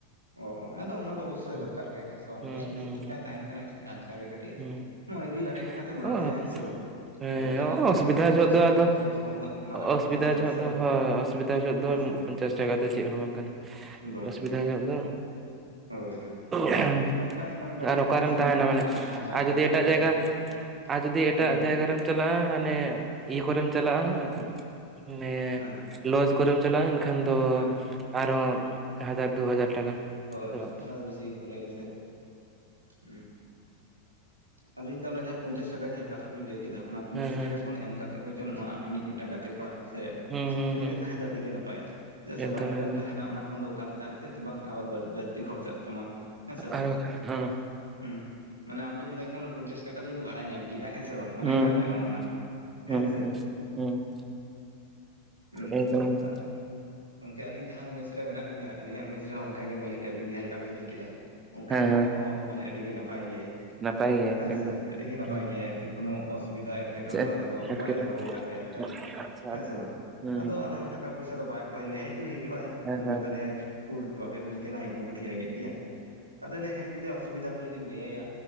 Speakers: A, on the right; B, on the right.
A: ᱚ ᱚ ᱟᱫᱚ ᱚᱱᱟ ᱫᱚ ᱚᱵᱚᱥᱥᱳᱭ
B: ᱦᱩᱸ
A: ᱫᱚᱨᱠᱟᱨ ᱜᱮᱭᱟ ᱦᱮᱸ ᱥᱮ ᱵᱟᱝ
B: ᱦᱩᱸ
A: ᱩᱱᱤᱭᱟᱜ ᱡᱮᱦᱮᱛᱩ
B: ᱦᱩᱸ
A: ᱢᱤᱫᱴᱟᱝ
B: ᱦᱩᱸ
A: ᱮ ᱛᱟᱦᱮᱱ ᱠᱟᱱᱟᱭ ᱡᱟᱦᱟᱸ ᱞᱮᱠᱟ ᱜᱮ ᱠᱟᱹᱴᱤᱡ
B: ᱦᱩᱸ
A: ᱢᱚᱱᱮ ᱡᱤᱣᱤ ᱞᱟᱲᱮᱡ ᱞᱮᱠᱟᱛᱮᱢ ᱮᱢᱟᱫᱮᱭᱟ,
B: ᱚ
A: ᱦᱮᱸ ᱥᱮ ᱵᱟᱝ?
B: ᱦᱮᱸ
A: ᱟᱫᱚ ᱱᱮᱛᱟᱨᱟᱜ ᱡᱩᱜᱽ
B: ᱚᱥᱩᱵᱤᱫᱷᱟ
A: ᱨᱮᱢᱟ ᱯᱚᱧᱪᱟᱥ
B: ᱡᱚᱦᱚᱜ ᱫᱚ
A: ᱴᱟᱠᱟ
B: ᱟᱫᱚ,
A: ᱪᱮᱫ ᱦᱚᱸ ᱩᱱᱟᱹᱜ ᱢᱟᱨᱟᱝ
B: ᱚᱥᱩᱵᱤᱫᱷᱟ
A: ᱫᱚ ᱵᱟᱝ ᱠᱟᱱᱟ
B: ᱡᱚᱦᱚᱜ
A: ᱥᱮ
B: ᱫᱚ,
A: ᱵᱟᱝ
B: ᱦᱳᱭ ᱚᱥᱩᱵᱤᱫᱷᱟ ᱡᱚᱦᱚᱜ ᱫᱚ,
A: ᱦᱮᱸ ᱥᱮ
B: ᱯᱚᱸᱧᱪᱟᱥ ᱴᱟᱠᱟ ᱫᱚ ᱪᱮᱫ ᱦᱚᱸ ᱵᱟᱝ ᱠᱟᱱᱟ,
A: ᱵᱟᱝ
B: ᱚᱥᱩᱵᱤᱫᱷᱟ
A: ᱵᱟᱝ
B: ᱧᱚᱜ ᱫᱚ
A: ᱦᱳᱭ ᱦᱳᱭ
B: <inaudible>
A: ᱢᱤᱫᱴᱟᱝ ᱢᱟᱱᱮ ᱵᱟᱭᱨᱮ
B: ᱟᱨ ᱚᱠᱟᱨᱮᱢ
A: ᱠᱷᱚᱱ ᱥᱮ
B: ᱛᱟᱦᱮᱱᱟ
A: ᱱᱟᱜᱟᱨ
B: ᱢᱟᱱᱮ
A: ᱠᱷᱚᱱᱟᱜ ᱡᱟᱦᱟᱸ ᱵᱟᱭᱨᱮ
B: ᱟᱨ ᱡᱩᱫᱤ
A: ᱯᱷᱟᱸᱠᱟ
B: ᱮᱴᱟᱜ ᱡᱟᱭᱜᱟ,
A: ᱨᱮ ᱦᱮᱸ
B: ᱟᱨ ᱡᱩᱫᱤ ᱮᱴᱟᱜ
A: ᱢᱟ ᱞᱟᱹᱭ
B: ᱡᱟᱭᱜᱟ
A: ᱢᱮ
B: ᱨᱮᱢ ᱪᱟᱞᱟᱜᱼᱟ ᱦᱟᱱᱮ ᱤᱭᱟᱹ ᱠᱚᱨᱮᱢ ᱪᱟᱞᱟᱜᱼᱟ, ᱢᱟᱱᱮ
A: ᱦᱮᱸ
B: ᱞᱚᱡᱽ ᱠᱚᱨᱮᱢ ᱪᱟᱞᱟᱜᱼᱟ ᱮᱱᱠᱷᱟᱱ ᱫᱚ,
A: ᱦᱮᱸ
B: ᱟᱨᱦᱚᱸ ᱦᱟᱡᱟᱨ ᱫᱩ ᱦᱟᱡᱟᱨ ᱴᱟᱠᱟ
A: ᱦᱳᱭ
B: ᱪᱟᱵᱟᱜ
A: ᱦᱳᱭ
B: ᱛᱟᱢᱟ
A: ᱚᱱᱟᱫᱚ ᱵᱤᱥᱤ ᱜᱮ ᱠᱚ ᱞᱟᱹᱭᱟ ᱥᱮ? ᱦᱩᱸ ᱟᱫᱚ ᱤᱧ ᱫᱚ ᱚᱱᱟ ᱡᱟᱦᱟᱸ ᱯᱚᱧᱪᱟᱥ ᱴᱟᱠᱟ ᱡᱟᱦᱟᱸ ᱠᱟᱛᱷᱟ ᱵᱤᱱ ᱞᱟᱹᱭ ᱠᱮᱫᱟ, ᱚᱱᱟ ᱯᱚᱧᱪᱟᱥ
B: ᱦᱮᱸ ᱦᱮᱸ
A: ᱴᱟᱠᱟ ᱠᱷᱚᱱ ᱮᱢ ᱠᱟᱛᱮ ᱠᱟᱛᱮᱫ ᱵᱚᱪᱚᱱ ᱱᱚᱣᱟ ᱟᱢᱤᱡ ᱢᱤᱫᱴᱟᱝ ᱜᱟᱛᱮ ᱠᱚᱲᱟ ᱥᱮ
B: ᱦᱩᱸ ᱦᱩᱸ
A: ᱴᱷᱮᱱ
B: ᱦᱩᱸ
A: ᱜᱮ ᱛᱟᱦᱮᱸ ᱫᱚ ᱟᱹᱰᱤ ᱜᱮ ᱱᱟᱯᱟᱭᱟ, ᱪᱮᱫᱟᱜ ᱥᱮ
B: ᱮᱠᱫᱚᱢ
A: ᱵᱟᱭᱨᱮ ᱨᱮᱢ
B: ᱮᱠᱫᱚᱢ
A: ᱛᱟᱦᱮᱱᱟ ᱚᱱᱟ ᱠᱷᱚᱱ ᱫᱚ ᱚᱠᱟ ᱞᱮᱠᱟ ᱪᱮᱫ ᱵᱟᱝ ᱟᱵᱟᱨ ᱵᱟᱨ ᱵᱟᱹᱲᱛᱤ ᱠᱷᱚᱨᱪᱟᱜ ᱛᱟᱢᱟ, ᱦᱮᱸ ᱥᱮ ᱵᱟᱝ?
B: ᱟᱨ ᱵᱟᱠᱷᱟᱱ ᱦᱮᱸ
A: ᱦᱮᱸ ᱢᱟᱱᱮ ᱟᱢ ᱫᱚ ᱢᱚᱱᱮ ᱠᱚᱜ ᱢᱮ ᱚᱱᱟ ᱯᱚᱧᱪᱟᱥ ᱴᱟᱠᱟ ᱫᱚ ᱤᱧᱫᱚ ᱵᱷᱟᱲᱟᱧ ᱮᱢ ᱠᱮᱫᱟ, ᱦᱮᱸᱥᱮ ᱵᱟᱝ? ᱢᱟᱱᱮ
B: ᱦᱩᱸ
A: ᱚᱲᱟᱜ
B: ᱦᱩᱸ
A: ᱪᱟᱞᱟᱣ ᱨᱮᱱᱟᱜ᱾
B: ᱦᱩᱸ
A: ᱦᱮᱸ ᱥᱮ
B: ᱦᱩᱸ ᱦᱩᱸ᱾
A: ᱟᱪᱪᱷᱟ
B: ᱮᱠᱫᱚᱢ
A: ᱟᱪᱪᱷᱟ,
B: ᱮᱠᱫᱚᱢ
A: ᱟᱨ ᱜᱚᱢᱠᱮ ᱟᱹᱞᱤᱧ ᱡᱟᱦᱟᱸ ᱢᱮᱥ ᱨᱮ ᱢᱮᱱᱟᱜ ᱞᱤᱧᱟᱹ ᱟᱹᱞᱤᱧᱟᱜ ᱢᱮᱥ ᱨᱮᱦᱚᱸ ᱚᱱᱠᱟᱜᱮ ᱢᱟᱹᱞᱤᱠ ᱟᱵᱤᱱ ᱡᱟᱦᱟᱸ ᱞᱮᱠᱟ ᱵᱤᱱ ᱞᱟᱹᱭ ᱠᱮᱫᱟ᱾ ᱚᱱᱠᱟᱜᱮ
B: ᱦᱮᱸ ᱦᱮᱸ
A: ᱩᱱᱤ ᱦᱚᱸ ᱢᱟᱱᱮ ᱟᱹᱰᱤ ᱜᱮ ᱱᱟᱯᱟᱭ ᱜᱮᱭᱟᱭ᱾
B: ᱱᱟᱯᱟᱭ ᱜᱮ
A: ᱦᱮᱸᱥᱮ
B: ᱮᱠᱫᱚᱢ
A: ᱟᱹᱰᱤ ᱜᱮ ᱱᱟᱯᱟᱭ
B: ᱦᱮᱸ
A: ᱜᱮᱭᱟᱭ ᱟᱨᱠᱤ ᱠᱳᱱᱳ ᱚᱥᱩᱵᱤᱫᱟ ᱮᱸᱴᱠᱮᱴᱚᱬᱮ
B: ᱪᱮᱫ
A: ᱫᱚ ᱟᱞᱮ ᱫᱚ
B: ᱮᱴᱠᱮᱴᱚᱬᱮ
A: ᱵᱟᱭ ᱫᱚᱦᱚ ᱠᱟᱜ ᱞᱮᱭᱟ ᱢᱤᱫ ᱫᱷᱟᱣ
B: ᱟᱪᱪᱷᱟ
A: ᱦᱚᱸ᱾ ᱦᱮᱸ
B: ᱟᱪᱪᱷᱟ
A: ᱥᱮ ᱵᱟᱝ
B: ᱦᱩᱸ
A: ᱟᱫᱚ ᱟᱞᱮ ᱦᱚᱸ ᱴᱟᱠᱟ ᱯᱚᱭᱥᱟ ᱫᱚ ᱵᱟᱭ ᱠᱷᱚᱭ ᱞᱮᱭᱟ ᱦᱮᱡ ᱫᱚ ᱦᱤᱡᱩᱜ ᱟᱭ
B: ᱦᱮᱸ
A: ᱟᱫᱚ
B: ᱦᱮᱸ
A: ᱢᱮᱛᱟᱞᱮᱭᱟᱭ ᱩᱠᱩᱨ ᱛᱚ ᱵᱟᱯᱮ ᱤᱢᱟᱹᱧ ᱠᱟᱱᱟ ᱤᱧ ᱦᱚᱸ ᱠᱟᱹᱴᱤᱡ ᱤᱧ ᱨᱮᱜᱮᱡ ᱜᱮᱭᱟ ᱟᱫᱚᱭ ᱞᱮᱭᱟ ᱦᱮᱸ ᱡᱩᱫᱤ ᱚᱥᱩᱵᱤᱫᱟ ᱠᱚ ᱡᱩᱫᱤᱢ ᱞᱟᱹᱭᱟᱭᱟ